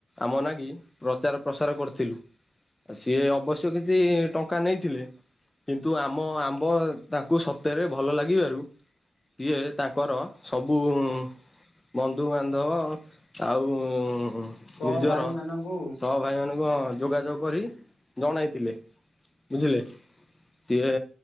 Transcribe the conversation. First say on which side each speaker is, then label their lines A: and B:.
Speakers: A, on the left; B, on the left.
A: ଆମ ନାଗି ପ୍ରଚାର ପ୍ରସାର କରିଥିଲୁ। ଆ ସିଏ ଅବଶ୍ୟ କିଛି ଟଙ୍କା ନେଇଥିଲେ କିନ୍ତୁ ଆମ ଆମ୍ବ ତାଙ୍କୁ ସତେରେ ଭଲ ଲାଗିବାରୁ ସିଏ ତାଙ୍କର ସବୁ ଉମ୍ ବନ୍ଧୁବାନ୍ଧବ ଆଉ ଉମ୍
B: ସହ
A: ନିଜର
B: ଭାଇ ମାନଙ୍କୁ
A: ସହ ଭାଇମାନଙ୍କ ଯୋଗାଯୋଗ କରିକି, ଜଣାଇଥିଲେ। ବୁଝିଲେ? ଟିକେ